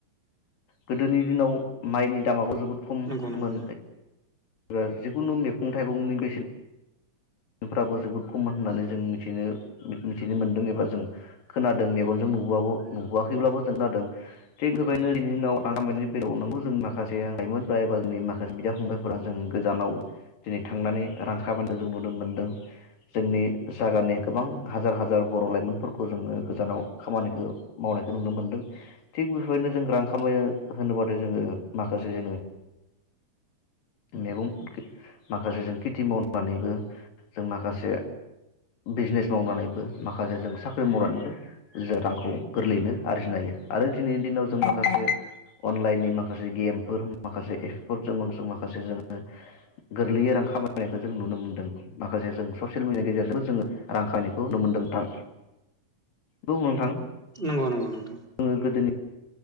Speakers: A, on the left; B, on the right.
A: गोदोनि दिनाव माइनि दामाबो जोबोद ख'मोन
B: नंगौ नंगौ
A: बा जिखुनु मैगं-थाइगंनि बेसेनफ्राबो जोबोद खममोन होननानै जों मिनो मिथिनो मोनदों एबा जों खोनादों मेगनजों नुबो नुबोआखैब्लाबो जों खोनादों थिग बेबायदिनो बिनि उनाव रां बायदि बेलरनांगौ जों माखासे लाइमोनफ एबा जोंनि माखासे बिदा-फंबाय फोर जों गोजानाव दिनै थांनानै रां खामायनायखौ जों नुनो मोनदों जोंनि जायगानि गोबां हाजार हाजार बर' लाइमोनफोरखौ जोङो गोजानाव खामानिखौ मावनायखौ नुनो मोनदों थिग बेफोरबायदिनो जों रां खामायनो होनोबाथाय जोङो माखासे जोङो मैगं माखासे जों खेथि मावनानैबो जों माखासे बिजिनेस मावनानैबो माखासे जों साख्रि मावनानैबो जों रांखौ गोरलैयैनो आरजिनो हायो आरो दिनैनि दिनाव जों माखासे अनलाइननि माखासे गेमफोर माखासे एफ फोर जों माखासे जोङो गोरलैयै रां खामायनायखौ जों नुनो मोनदों माखासे जों ससियेल मिडियानि गेजेरजोंबो जोङो रां खामायनायखौ नुनो मोनदों नोंथां। उम नोंथां
B: नंगौ नंगौ नंगौ
A: जोङो गोदोनि